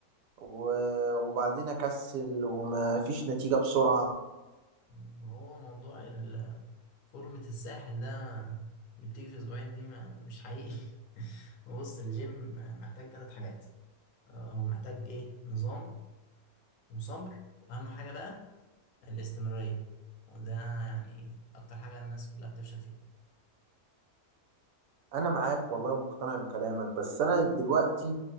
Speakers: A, on the right; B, on the left.
A: و- وبعدين اكسل وما فيش نتيجة بسرعة
B: ما هو موضوع ال- فورمة الساحل ده اللي بتيجي في اسبوعين دي ما مش حقيقي <laughs> هو بص الجيم محتاج ثلاث حاجات آه، هو محتاج ايه نظام وصبر واهم حاجة بقى الاستمرارية وده يعني اكتر حاجة الناس كلها بتفشل فيها
A: انا معاك والله ومقتنع بكلامك بس انا دلوقتي